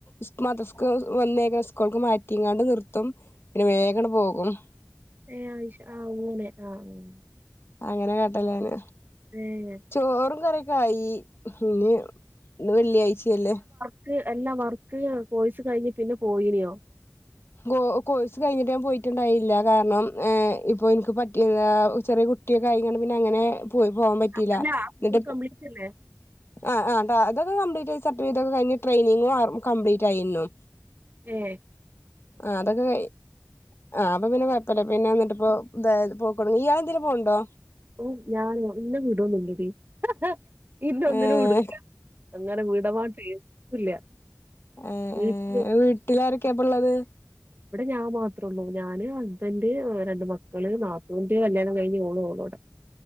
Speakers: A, on the left; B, on the right.
A: സ് മദ്രസ്ന്ന് വന്ന് കയിഞ്ഞ സ്കൂൾക്ക് മാറ്റിങ്ങാണ്ട് നിർത്തും പിന്നെവേഗങ്ങട്ട് പോവും
B: ഏ ആയ്ശ ആ അങ്ങനെ അ അ
A: അങ്ങനെകാട്ടലാണ്
B: ഏഹ്
A: ചോറുംകറി- ക്കായി ഇനിം ഇന്ന് വെള്ള്യാഴ്ചയല്ലെ
B: ക്ക് എല്ലാ വർക്ക് കോഴ്സ് കഴിഞ്ഞ് പിന്നെപോയിനോ
A: കോ കോഴ്സ്കഴിഞ്ഞ് ഞാൻ പോയിട്ടിണ്ടായില്ല കാരണം മ് ഇപ്പൊനിക്ക് പറ്റി ചെറിയകുട്ടി- ട്ട്യോക്കെ ആയീങ്ങണ്ട് പിന്നങ്ങനെ പോവാൻപറ്റീല്ല
B: അല്ല അപ്പൊ
A: ന്നിട്ട്
B: ഫുൾ കംപ്ലീറ്റല്ലേ?
A: ആ ആ താ അതൊക്കെ കംപ്ലീറ്റ് ആയി സർട്ടിഫിക്കറ്റൊക്കെ കഴിഞ്ഞ് ട്രെയിനിങ്ങും കംപ്ലീറ്റ് ആയീന്നു
B: ഏ
A: ആ അതൊക്കെ കെയ് ആ അപ്പൊ പിന്നെ കൊയപ്പല്ല പിന്നെ ന്ന്ട്ട് പ്പൊ തായത് പോക്കണം ഇയാള് എന്തേലും പോണ്ണ്ടോ
B: ഉ ഞാന് ഇന്നെ വിടൊന്നുല്ലെടി ഹ് ഹ് ഇന്നൊന്നിനും
A: ഏഹ്
B: വിടൂല അങ്ങനെ വിടമാട്ടെ ഇല്ല
A: ആ
B: വീട്ടില്
A: ആ വീട്ടിലാരൊക്കെ അപ്പ് പ്പൊള്ളത്-
B: ഇവ്ടെ ഞാമാത്രോള്ളു ഞാന് ഹസ്ബന്റ് വേറെ രണ്ടു മക്കള് നാത്തൂന്റെ കല്യാണം കയ്ഞ്ഞു ഓള് ഓളോടെ